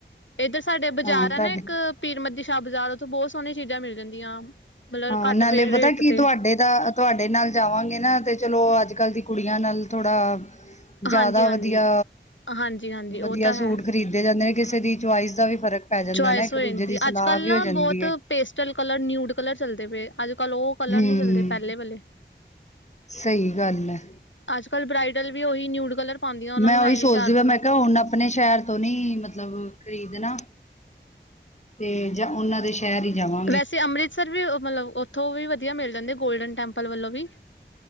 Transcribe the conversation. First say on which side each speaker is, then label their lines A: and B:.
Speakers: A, on the left; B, on the left.
A: ਇੱਧਰ ਸਾਡੇ ਬਾਜ਼ਾਰ
B: ਹਾਂ ਤੁਹਾਡੇ
A: ਆ ਨਾ ਇੱਕ ਪੀਰਮੰਜੀ ਸ਼ਾਹ ਬਾਜ਼ਾਰ, ਉੱਥੋਂ ਬਹੁਤ ਸੋਹਣੀਆਂ ਚੀਜ਼ਾਂ ਮਿਲ ਜਾਂਦੀਆਂ। ਮਤਲਬ
B: ਹਾਂ
A: ਘੱਟ
B: ਨਾਲੇ
A: ਰੇਟ
B: ਪਤਾ ਕੀ
A: ਤੇ
B: ਤੁਹਾਡੇ ਤਾਂ ਤੁਹਾਡੇ ਨਾਲ ਜਾਵਾਂਗੇ ਨਾ ਤੇ ਚਲੋ ਅੱਜ ਕੱਲ ਦੀ ਕੁੜੀਆਂ ਨਾਲ ਥੋੜਾ ਜਿਆਦਾ
A: ਹਾਂਜੀ ਹਾਂਜੀ
B: ਵਧੀਆ,
A: ਹਾਂਜੀ ਹਾਂਜੀ ਉਹ
B: ਵਧੀਆ
A: ਤਾਂ
B: ਸੂਟ
A: ਹੈ।
B: ਖਰੀਦੇ ਜਾਂਦੇ ਨੇ, ਕਿਸੇ ਦੀ ਚੁਆਇਸ ਦਾ ਵੀ ਫ਼ਰਕ ਪੈ ਜਾਂਦਾ
A: ਚੁਆਇਸ
B: ਨਾ ਇੱਕ
A: ਹੋ
B: ਦੂਜੇ
A: ਜਾਂਦੀ
B: ਦੀ ਸਲਾਹ
A: ਅੱਜ ਕੱਲ੍ਹ
B: ਵੀ
A: ਨਾ
B: ਹੋ
A: ਬਹੁਤ
B: ਜਾਂਦੀ ਹੈ।
A: ਪੇਸਟਲ ਕਲਰ ਨਿਊਡ ਕਲਰ ਚੱਲਦੇ ਪਏ ਅੱਜ ਕੱਲ ਉਹ ਕਲਰ
B: ਹਮ
A: ਨਹੀ ਚੱਲਦੇ ਪਹਿਲੇ ਵਾਲੇ
B: ਸਹੀ ਗੱਲ ਹੈ
A: ਅੱਜ-ਕੱਲ੍ਹ ਬਰਾਾਈਡਲ ਵੀ ਉਹੀ ਨਿਊਡ ਕਲਰ ਪਾਉਂਦੀਆਂ ਉਹਨਾਂ
B: ਮੈਂ
A: ਨੂੰ
B: ਉਹੀ
A: ਹੈ
B: ਸੋਚਦੀ
A: ਨੀ ਡਾਰਕ
B: ਮੈਂ ਕਿਹਾ ਹੁਣਨਾ ਆਪਣੇ ਸ਼ਹਿਰ ਤੋਂ ਨੀ ਮਤਲਬ ਖ਼ਰੀਦਣਾ, ਤੇ ਜਾਂ ਉਹਨਾਂ ਦੇ ਸ਼ਹਿਰ ਹੀ ਜਾਵਾਂ।
A: ਵੈਸੇ ਅੰਮ੍ਰਿਤਸਰ ਵੀ ਮਤਲਬ ਉੱਥੋਂ ਵੀ ਵਧੀਆ ਮਿਲ ਜਾਂਦੇ ਗੋਲਡਨ ਟੈਂਪਲ ਵੱਲੋਂ ਵੀ।